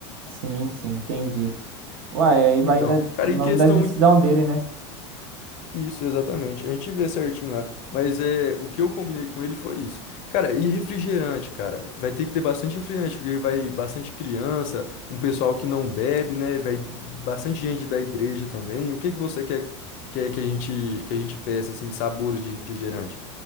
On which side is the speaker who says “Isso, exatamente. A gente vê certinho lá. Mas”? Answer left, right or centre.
Left